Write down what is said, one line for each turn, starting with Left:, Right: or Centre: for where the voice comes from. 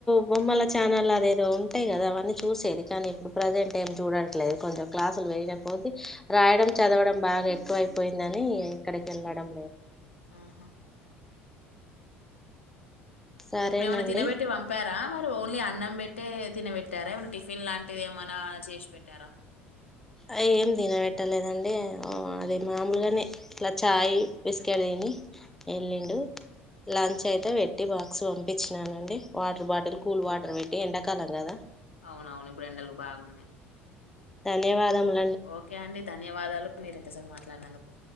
Centre: బొమ్మల ఛానల్ అదేదో ఉంటాయి కదా అవి అని చూసేది కాని ప్రజెంట్ ఏం చూడట్లేదు కొంచెం క్లాసులు వెేయకపోతే రాయడం చదవడం బాగా ఎక్కువ అయిపోయిందని ఇక్కడికి వెళ్ళడం
Left: ఆహా అ
Centre: సరేనండి
Left: మరి ఇప్పుడు ఏమైనా తినబెట్టి పంపారా మరి ఓన్లీ అన్నం పెట్టే తినబెట్టారా ఏమనా టిఫిన్ లాంటిది ఏమనా చేసి పెట్టారా
Centre: అ ఏం తినబట్టలేదండి అంటే అదే మామూలుగానే ఇట్లా చాయ్ బిస్కెట్ తిని వెళ్ళిండు లంచ్ అయితే పెట్టి బాక్స్ పంపించినానుండి వాటర్ బాటిల్ కూల్ వాటర్ పెట్టి ఎండాకాలం కదా
Left: అవునవును ఇప్పుడు ఎండలు బాగున్నాయి
Centre: ధన్యవాదములు
Left: ఓకే అండి ధన్యవాదాలు మీరు ఇంతసేపూ మాట్లాడినందుకు